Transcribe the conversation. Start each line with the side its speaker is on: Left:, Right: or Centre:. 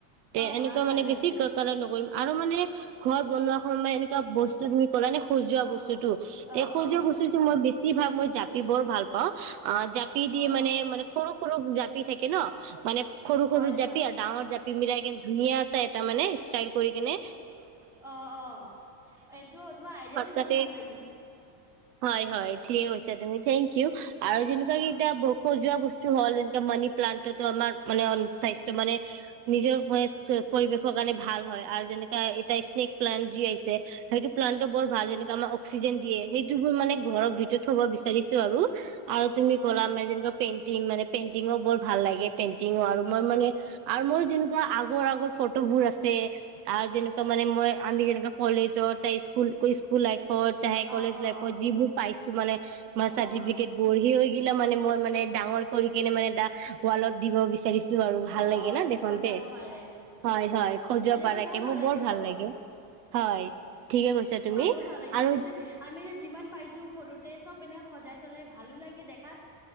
Right: তে
Centre: অ
Right: এনেকুৱা মানে বেছি
Centre: বিয়ে
Right: কালাৰ নকৰিম। আৰু মানে ঘৰত বনোৱা সময়ত মানে এনেকুৱা বস্তু তুমি ক'লা নে সজোৱা
Centre: অ
Right: বস্তুতটো
Centre: অ
Right: এই সজোৱা
Centre: অ
Right: বস্তুতটো মই বেছি কি ভাব মই জাপি বৰ ভাল পাওঁ অ জাপি দি
Centre: অ
Right: মানে মানে সৰু জাপি থাকে ন মানে সৰু সৰু
Centre: হয়
Right: জাপি
Centre: হয়
Right: আৰু ডাঙৰ জাপি পিমিলাই কেনে ধুনীয়াছে এটা মানে ষ্টাইল কৰি গেনে
Centre: অ অ এইটো তোমাৰ আইডিয়াটো
Right: তাতে
Centre: বহুত ভাল লাগিল।
Right: হয় হয়। ঠিকে কৈছা তুমি থেংক ইউ। আৰু যেনেকুৱা
Centre: অ
Right: কি এতিয়া ব খৰ যোৱা বস্তু হল যেনে মানি প্লান্ততো আমাৰ মানে স্বাস্থ্য মানে নিজৰ মানে পৰিৱেশৰ কাৰণে ভাল হয়। আৰু যেনেকা এটা স্নেক প্লান্ত যি আহিছে, সেইটো প্লান্তটো বৰ ভাল আমাক অক্সিজেন দিয়ে। সেইটো বোৰ মানে ঘৰৰ ভিতৰত থব বিচাৰিছো আৰু। আৰু তুমি'কলা
Centre: হয় হয়
Right: মে যেনেকৈ পেন পেনটিং মানে পেনটিংও বৰ ভাল লাগে। পেনটিংও আৰু। মই মানে মোৰ যেনে কোৱা আগৰ আগৰ ফটোবোৰ আছে যেনে কোৱা মানে মই আমি যেনেকোৱা কলেজৰ স্কুল স্কুল লাইফ ফত <inaudible>
Centre: অ
Right: কলেজ
Centre: অ
Right: লাইফত যিবোৰ পাইছো মানে মাৰ
Centre: অ
Right: চাৰ্টিফিকেট
Centre: অ
Right: <inaudible> হৈ লিলে মানে মই মানে ডাঙৰ কৰি কেনে মানে এটা ৱালত দিব বিচাৰো। বিচাৰিছো আৰু ভাল
Centre: অ
Right: লাগে
Centre: অ
Right: না
Centre: এইটো
Right: দেখতে।
Centre: খোৱা যাব পাৰে।
Right: হয় হয় সজোৱা
Centre: এনেকুৱা
Right: পাৰাকে
Centre: বহুত
Right: মোৰ
Centre: লাগিব
Right: বৰ ভাল লাগে। হয়। ঠিকে কৈছা তুমি
Centre: অ বহুত ভাল লাগিছে
Right: আৰু
Centre: এইটো যে আমি যে যিমান পাইছো সৰুতে চব এনা সজাই থলে ভালো লাগে দেখাত